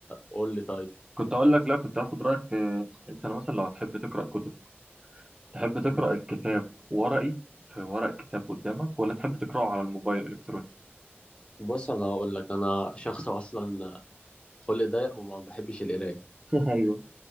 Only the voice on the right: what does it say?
كنت اقول لك لا كنت هاخد رايك في انت لو مثلا لو هتحب تقرا كتب تحب تقرا
الكتاب ورقي في ورق كتاب قدامك ولا تحب تقراه على الموبايل الالكتروني
<laughs> ايوه